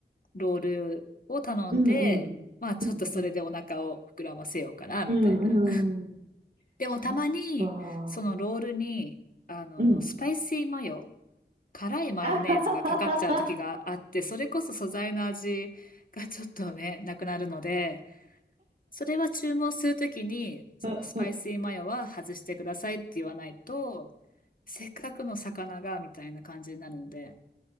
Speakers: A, on the left; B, on the right.
A: ロールを頼んで、
B: うんうん。
A: まあちょっとそれでお腹を膨らませようかな、
B: うんうん。うんうん。
A: みたいな。でもたまに、
B: そっか。
A: そのロールに、あの、
B: うん。
A: スパイシーマヨ、辛いマヨネーズがかかっちゃう時があって、
B: あはははは。
A: それこそ素材の味がちょっとね、なくなるので、それは注文するときに、そのスパイシーマヨは外してくださいって言わないと、
B: うんうん
A: せっかくの魚が、みたいな感じになるので。